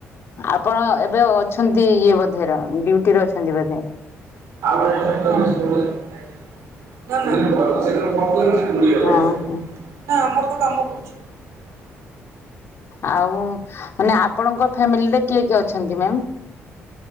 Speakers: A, on the left (about 55°); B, on the right (about 85°).
A: ଆପଣ ଏବେ ଅଛନ୍ତି ଇଏ ବୋଧେ ର ଡ୍ୟୁଟିରେ ଅଛନ୍ତି ବୋଧେ।
B: ହଁ ହଁ ନା ନା ନା ଆମର
A: ଓହୋ
B: ତ କାମ କରୁଛି।
A: ଆଉ ମାନେ ଆପଣଙ୍କ ଫ୍ୟାମିଲିରେ କିଏ କିଏ ଅଛନ୍ତି ମ୍ୟାମ?